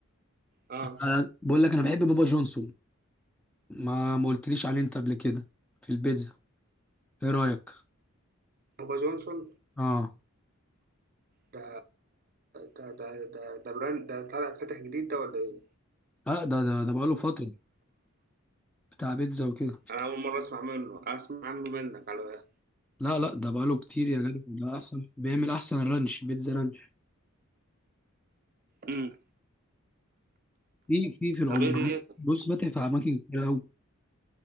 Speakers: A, on the right (about 45°); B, in the centre.
A: آه،
B: أنا بقول لك انا بحب بابا جونسون ما ما قلتليش عليه انت قبل كده في البيتزا ايه رايك
A: بابا جونسون
B: اه
A: ده ده ده ده ده brand ده طالع فاتح جديد ده والّا إيه؟
B: لا ده ده ده بقاله فتره بتاع بيتزا وكده
A: أنا أول مرّة أسمع منّه، أسمع عنّه منّك على
B: لا لا ده بقاله كتير يا جدع ده احسن بيعمل احسن رانش بيتزا رانش
A: إمم،
B: في في في العمر
A: طَب إيه ده؟
B: بص فاتح في اماكن كتير قوي